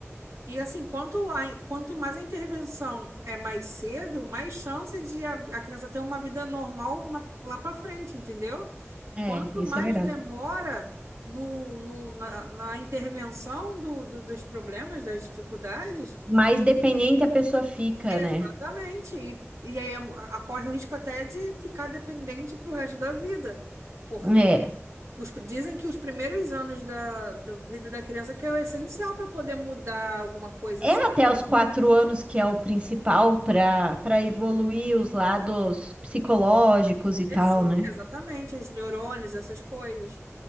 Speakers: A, on the right (about 85°); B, on the right (about 25°).
A: E assim, quanto, a- quanto mais a intervenção é mais cedo, mais chance de a, a criança ter uma vida normal na- lá para frente, entendeu?
B: é,
A: Quanto
B: isso
A: mais
B: é verdade.
A: demora no, no- na, na intervenção do- do- dos problemas, das dificuldades,
B: Mais dependente a pessoa fica,
A: exatamente.
B: né?
A: E, e aí a- a- corre o risco até de ficar dependente para o resto da vida, porque
B: É.
A: os- dizem que os primeiros anos da, da vida da criança que é o essencial para poder mudar alguma coisa
B: É até os quatro anos que é o principal para para evoluir os lados psicológicos e tal,
A: É sim,
B: né?
A: exatamente, os neurônios, essas coisas.